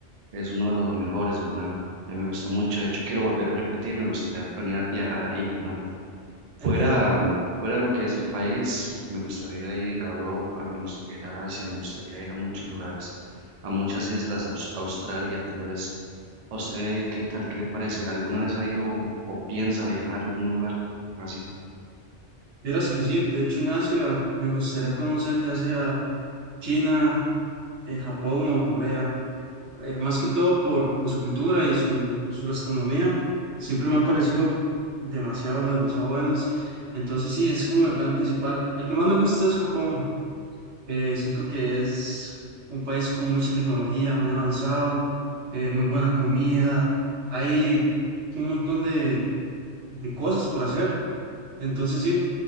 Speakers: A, on the right (about 45°); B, on the right (about 75°).
A: es uno de los mejores, ¿verdad? A mí me gusta mucho, de hecho quiero volver a repetir, me gustaría planear viajar ahí, ¿verdad?
B: entiendo.
A: Fuera, fuera de lo que es el país, me gustaría ir a Europa, me gustaría ir a Asia, me gustaría ir a muchos lugares, a muchas islas, a Aus- Australia tal vez. ¿A usted qué tal? ¿Qué le parece? ¿Alguna vez ha ido o piensa viajar a algún lugar así?
B: Dirás que sí, de hecho en Asia me gustaría conocer ya sea China, eh, Japón o Corea, eh, más que todo por, por su cultura y su, su gastronomía, siempre me han parecido demasiado, demasiado buenos. Entonces sí, es como el plan principal. El que más me gusta es Japón Eh, siento que es un país con mucha tecnología, muy avanzado, eh, muy buena comida. Hay un montón de, de cosas por hacer. Entonces sí.